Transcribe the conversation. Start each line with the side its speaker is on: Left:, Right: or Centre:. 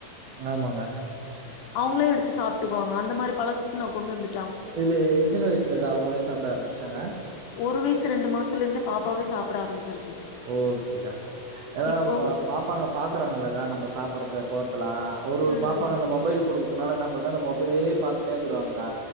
Right: ஆமாங்க
Left: அவுங்களே எடுத்து சாப்பிட்டுக்குவாங்க அந்த மாதிரி பழகத்துக்கு நா கொண்டு வந்துட்டு
Right: இது எத்தன வயசுலுக்கா அவங்களே சாப்பிட ஆரம்பிச்சட்டாங்க
Left: ஒரு வயசு ரெண்டு மாசத்துல இருந்து பாப்பாவே சாப்பிட ஆரம்பச்சிரு
Right: ஓகேக்கா ஏன்னா
Left: இப்போ
Right: பாப்பாங்க பாக்குறாங்களக்கா நம்ம சாப்படுறது ஒரு
Left: ம்
Right: பாப்பா அந்த மொபைல் கொடுக்கு அதனால என்ன அந்த மொபைலே பாத்து இருந்துருவாங்க கா